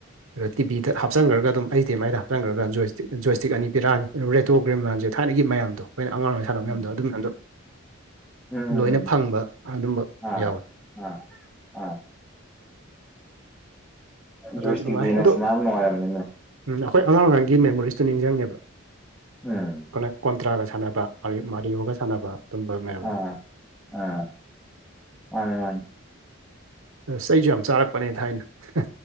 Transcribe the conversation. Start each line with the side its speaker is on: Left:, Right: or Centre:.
Right: ꯔꯥ ꯇꯤ ꯚꯤꯗ ꯍꯥꯞꯆꯟꯒ꯭ꯔꯒ ꯑꯗꯨꯝ ꯍꯩꯁ ꯗꯤ ꯑꯦꯝ ꯑꯥꯏꯗ ꯍꯥꯞꯆꯟꯒ꯭ꯔꯥꯒ ꯖꯣꯏꯁꯇꯤꯛ ꯖꯣꯏꯁꯇꯤꯛ ꯑꯅꯤ ꯄꯤꯔꯛꯑꯅꯤ ꯔꯦꯇꯣꯒ꯭ꯔꯦꯝ ꯃꯌꯥꯝꯁꯦ ꯊꯥꯏꯅꯒꯤ ꯃꯌꯥꯝꯗꯣ ꯑꯩꯈꯣꯏꯅ ꯑꯉꯥꯡ ꯑꯣꯏ ꯁꯥꯟꯅꯕ
Centre: ꯎꯝ
Right: ꯃꯌꯥꯝꯗꯣ ꯑꯗꯨ ꯃꯌꯥꯝꯗꯣ
Centre: ꯎꯝ
Right: ꯂꯣꯏꯅ ꯐꯪꯕ ꯑꯗꯨꯝꯕ
Centre: ꯑꯥ
Right: ꯌꯥꯎꯋꯦ
Centre: ꯑꯥ ꯑꯥ
Right: ꯑꯗꯨ
Centre: ꯖꯣꯏꯁꯇꯤꯛ
Right: ꯅꯨꯡꯉꯥꯏ
Centre: ꯗꯦꯅꯥ
Right: ꯑꯗꯣ
Centre: ꯁꯥꯟꯅꯕ ꯅꯨꯡꯉꯥꯏꯔꯕꯅꯤꯅꯦ
Right: ꯎꯝ ꯑꯩꯈꯣꯏ ꯑꯉꯥꯡ ꯑꯣꯏꯔꯤꯉꯩꯒꯤ ꯃꯦꯃꯣꯔꯤꯁꯇꯣ ꯅꯤꯡꯁꯤꯡꯉꯦꯕ
Centre: ꯎꯝ
Right: ꯑꯩꯈꯣꯏꯅ ꯀꯣꯟꯇ꯭ꯔꯥꯒ ꯁꯥꯟꯅꯕ ꯃꯥꯔꯤ ꯃꯥꯔꯤꯌꯣꯒ ꯁꯥꯟꯅꯕ ꯑꯗꯨꯝꯕ ꯃꯌꯥꯝꯗꯣ
Centre: ꯑꯥ ꯑꯥ ꯃꯥꯟꯅꯦ ꯃꯥꯟꯅꯦ
Right: ꯑꯁ ꯑꯩꯁꯨ ꯌꯥꯝ ꯆꯥꯔꯛꯄꯅꯦ ꯊꯥꯏꯅ